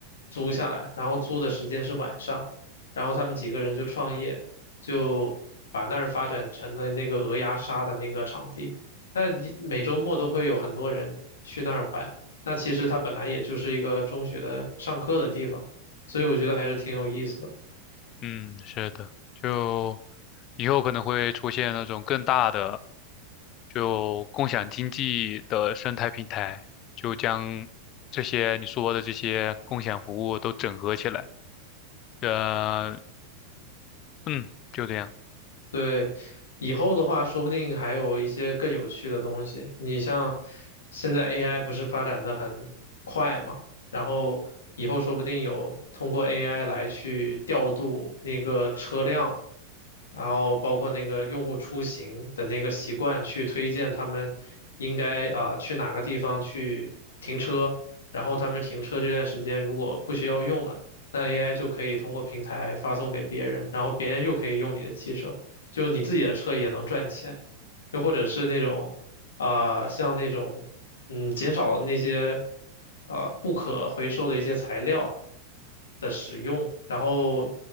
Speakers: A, on the left; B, on the left.
A: 租下来，然后租的时间是晚上，然后他们几个人就创业，就把那儿发展成了那个鹅鸭杀的那个场地，但一每周末都会有很多人去那儿玩。那其实它本来也就是一个中学的上课的地方，所以我觉得还是挺有意思的。
B: 嗯，是的，就以后可能会出现那种更大的，就共享经济的生态平台，就将这些你说的这些共享服务都整合起来。呃，嗯，就这样。
A: 对，以后的话，说不定还有一些更有趣的东西。你像现在 AI 不是发展的很快嘛，然后以后说不定有通过 AI 来去调度那个车辆，然后包括那个用户出行的那个习惯，去推荐他们应该啊、去哪个地方去停车，然后他们停车这段时间如果不需要用了。那 AI 就可以通过平台发送给别人，然后别人又可以用你的汽车，就你自己的车也能赚钱，又或者是那种啊、像那种嗯，减少那些呃不可回收的一些材料的使用，然后